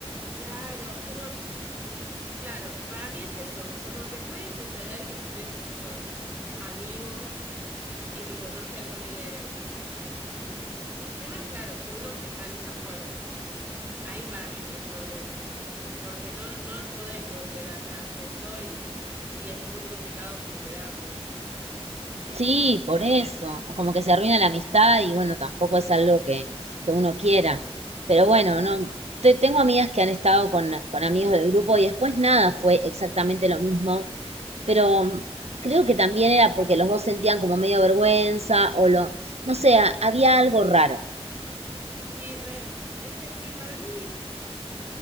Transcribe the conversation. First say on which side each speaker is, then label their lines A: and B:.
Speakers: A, on the right (about 20°); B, on the right (about 80°).
A: Claro, como... Claro, para mí es eso. Como que puede suceder que estés con amigos y tipo, no sé, ponele... mm, El tema es claro, si uno se engancha fuerte. Ahí para mí es el problema. Porque no, no podés volver atrás eso y, y es muy complicado superarlo,
B: Sí,
A: ¿viste?
B: por eso, o como que se arruina la amistad y bueno, tampoco es algo que, que uno quiera. Pero bueno, no, te- tengo amigas que han estado con, con amigos del grupo y después nada fue exactamente lo mismo, pero mm, creo que también era porque los dos sentían como medio vergüenza o lo, no sé, a- había algo raro.
A: Sí, re. Es que sí, para mí